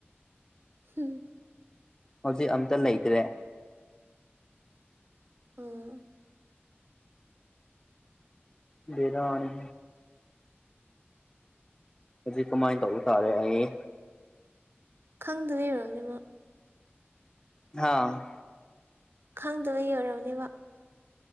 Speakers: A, on the right (about 60°); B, on the left (about 20°).
A: ꯎꯝ
B: ꯍꯧꯖꯤꯛ ꯑꯝꯇ ꯂꯩꯇ꯭ꯔꯦ
A: ꯑꯥ
B: ꯕꯤꯗꯥꯅꯤ ꯑꯗꯨ ꯀꯃꯥꯏꯅ ꯇꯧꯕ ꯇꯥꯔꯦ ꯑꯩ
A: ꯈꯪꯗꯅ ꯂꯩꯔꯔꯕꯅꯤꯃꯣ
B: ꯍꯥꯥ
A: ꯈꯪꯗꯕ ꯌꯣꯏꯔꯕꯅꯦꯕ